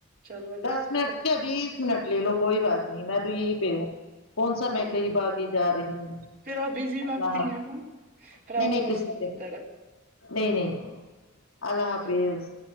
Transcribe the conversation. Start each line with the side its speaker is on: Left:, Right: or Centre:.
Right: چلو اللہ
Left: دس
Right: حافظ
Left: منٹ کیا بیس منٹ لے لو کوئی بات نہیں میں تو یہی پہ ہوں کونسا
Right: اللہ
Left: میں کہیں
Right: حافظ
Left: باگی جا رہی ہوں
Right: پھر آپ بزی لگتی
Left: اللہ حافظ
Right: ہے نہ پرائم
Left: نہیں نہیں
Right: منسٹر
Left: کسی کے
Right: کی طرح
Left: نہیں نہیں اللہ حافظ
Right: جب